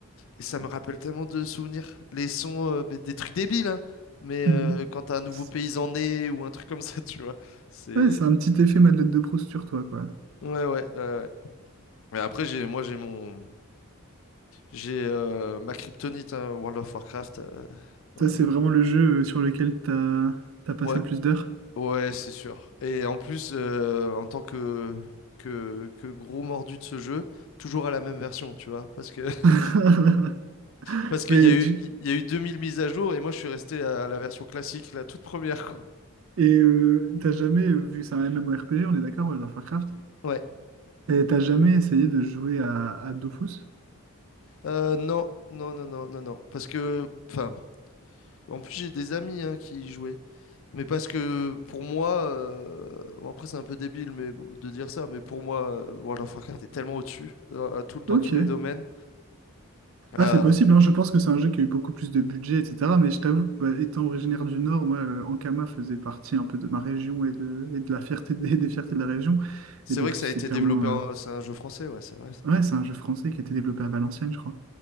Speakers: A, on the left (about 60°); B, on the right (about 65°).
A: et ça me rappelle tellement de souvenirs. Les sons, euh, mais des trucs débiles, hein. Mais
B: Mhm.
A: euh, quand t'as un nouveau
B: C'est
A: paysan né ou un truc comme ça, <laughs> tu vois. C'est.
B: ouais, c'est un petit effet Madeleine de Proust sur toi, quoi.
A: Ouais, ouais. ouais, ouais. Mais après, j'ai, moi, j'ai mon, J'ai euh, ma kryptonite, hein, World of Warcraft. euh, voilà.
B: Ça, c'est vraiment le jeu euh, sur lequel t'as t'as passé
A: Ouais,
B: le plus d'heures.
A: ouais, c'est sûr. Et en plus, euh, en tant que, que, que gros mordu de ce jeu, toujours à la même version, tu vois. Parce que <laughs>
B: <laughs>
A: parce qu'il
B: Mais
A: y a
B: du-
A: eu, il y a eu 2000 mises à jour et moi je suis resté à la version classique, la toute première, quoi.
B: Et euh, t'as jamais, euh, vu que c'est un MMORPG, on est d'accord, World of Warcraft,
A: Ouais.
B: et t'as jamais essayé de jouer à, à Dofus?
A: Euh, non, non, non, non, non, non. Parce que, enfin, en plus j'ai des amis hein, qui y jouaient. Mais parce que pour moi, euh, bon, après c'est un peu débile mais, bon, de dire ça, mais pour moi, euh, World of Warcraft est tellement au-dessus dans, à tout- dans
B: Ok.
A: tous les domaines.
B: Ah,
A: Euh,
B: c'est possible, hein. Je pense que c'est un jeu qui a eu beaucoup plus de budget, etc. Mais je t'avoue que, bah, étant originaire du Nord, moi, euh, Ankama faisait partie un peu de ma région et de, et de la fierté des, des fiertés de la région.
A: c'est
B: Et donc,
A: vrai que ça
B: c'est
A: a été
B: clairement.
A: développé, en-
B: euh,
A: c'est un jeu français, ouais, c'est vrai ça.
B: Ouais, c'est un jeu français qui a été développé à Valenciennes, je crois.